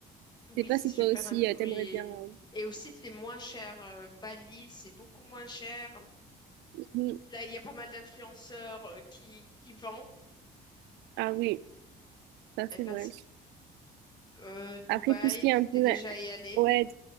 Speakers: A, on the left (about 25°); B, on the right (about 85°).
A: Oui,
B: Je sais pas
A: c'est
B: si
A: super
B: toi aussi,
A: int-
B: euh,
A: Oui.
B: t'aimerais bien. euh.
A: Et aussi, c'est moins cher. euh, Bali, c'est beaucoup moins cher.
B: Mhm.
A: Là, il y a pas mal d'influenceurs euh, qui, qui vendent.
B: Ah oui, ça
A: Eh
B: c'est vrai.
A: ben, c'est- euh, Dubaï,
B: Après, tout ce qui est un peu...
A: t'es déjà
B: euh,
A: y allé.
B: Ouais,